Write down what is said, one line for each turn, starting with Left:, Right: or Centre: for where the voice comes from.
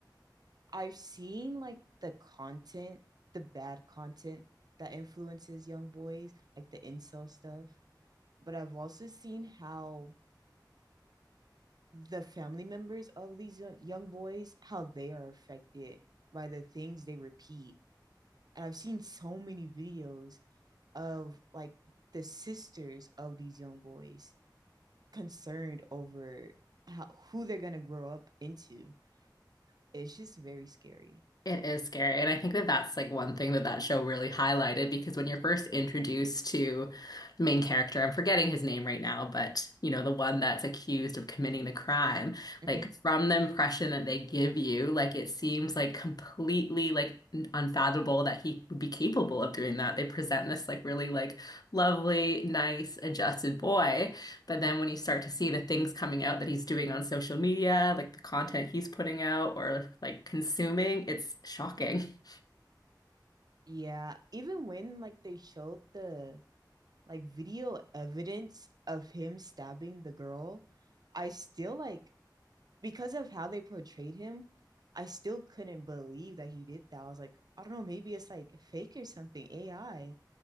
Right: I've seen like the content, the bad content that influences young boys, like the incel stuff. But I've also seen how the family members of these young, young boys, how they are affected by the things they repeat. And I've seen so many videos of like the sisters of these young boys concerned over how, who they're going to grow up into. It's just very scary.
Left: It is scary. And I think that that's like one thing that that show really highlighted because when you're first introduced to the main character, I'm forgetting his name right now, but you know, the one that's accused of committing the crime,
Right: Mhm.
Left: like from the impression that they give you, like it seems like completely like unfathomable that he would be capable of doing that. They present this like really like lovely, nice, adjusted boy. But then when you start to see the things coming out that he's doing on social media, like the content he's putting out or like consuming, it's shocking.
Right: Yeah, even when like they showed the like video evidence of him stabbing the girl, I still like because of how they portrayed him, I still couldn't believe that he did that. I was like, I don't know, maybe it's like fake or something, AI.